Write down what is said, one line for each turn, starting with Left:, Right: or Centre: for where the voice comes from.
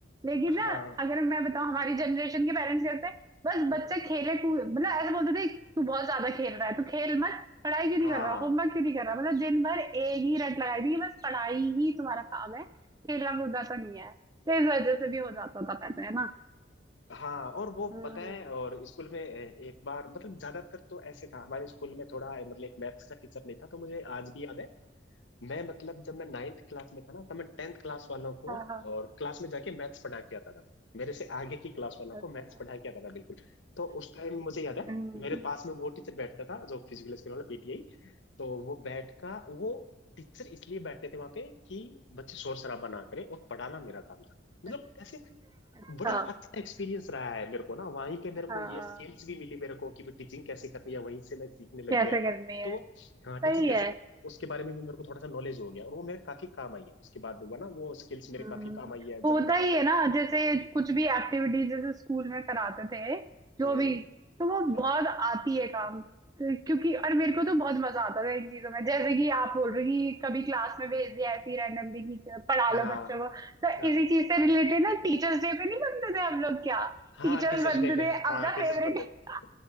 Right: लेकिन
Left: हाँ
Right: ना अगर मैं बताऊं हमारी जनरेशन के पेरेंट्स कहते हैं बस
Left: हम्म,
Right: बच्चा खेले कूद मतलब ऐसे बोलते थे तू बहुत ज्यादा खेल रहा है तू खेल मत पढ़ाई क्यों
Left: हाँ
Right: नहीं कर रहा होमवर्क क्यों नहीं कर रहा मतलब दिन भर एक ही रट लगाई थी कि बस पढ़ाई ही तुम्हारा काम है खेलना कूदना तो नहीं है तो इस वजह से भी हो जाता था पहले है ना
Left: हाँ और वो
Right: हम्म
Left: पता है और स्कूल में ए- एक बार मतलब ज्यादातर तो ऐसे था हमारे स्कूल में थोड़ा ए, मतलब एक मैथ्स का टीचर नहीं था तो मुझे आज भी याद है मैं मतलब जब मैं नाइन्थ क्लास में था ना तब मैं टेंथ क्लास वालों को
Right: हाँ हाँ
Left: और क्लास में जाके मैथ्स पढ़ा के आता था मेरे से आगे की क्लास वालों को
Right: अच्छा
Left: मैथ्स पढ़ा के आता था बिल्कुल तो उस टाइम मुझे याद है
Right: हम्म,
Left: मेरे पास में वो टीचर बैठता था जो फिजिकल स्कूल वाला पीटीआई तो वो बैठ का वो टीचर इसलिए बैठते थे वहां पे कि बच्चे शोर शराबा ना करें और पढ़ाना मेरा काम था मतलब
Right: अच्छा
Left: ऐसे
Right: हाँ
Left: बड़ा अच्छा एक्सपीरियंस रहा है मेरे को ना वहीं पे मेरे
Right: हाँ
Left: को ये स्किल्स भी मिली मेरे को कि भी टीचिंग कैसे करनी है वहीं से मैं सीखने लग
Right: कैसे
Left: गया
Right: करनी है
Left: तो वो, हाँ टीचिंग
Right: सही
Left: कैसे
Right: है
Left: करनी है, उसके बारे में भी मेरे को थोड़ा सा नॉलेज हो गया और वो मेरे काफी काम आई है उसके बाद हुआ ना वो स्किल्स मेरे
Right: हम्म,
Left: काफी काम आई है जब
Right: होता
Left: मैं
Right: ही है ना जैसे कुछ भी एक्टिविटीज जैसे स्कूल में कराते थे जो
Left: हम्म
Right: भी तो वो
Left: हाँ
Right: बहुत आती है काम तो क्योंकि और मेरे को तो बहुत मजा आता था इन चीजों में जैसे कि आप बोल रहे कि कभी क्लास में भेज दिया ऐसी रैंडमली कि पढ़ा
Left: हाँ
Right: लो बच्चों को तो
Left: हाँ
Right: इसी चीज से रिलेटेड ना टीचर्स डे पे नहीं बनते थे हम लोग क्या
Left: हाँ
Right: टीचर्स
Left: टीचर्स
Right: बनते
Left: डे पे
Right: थे अपना
Left: हाँ टीचर्स
Right: फेवरेट
Left: बनते थे
Right: <laughs>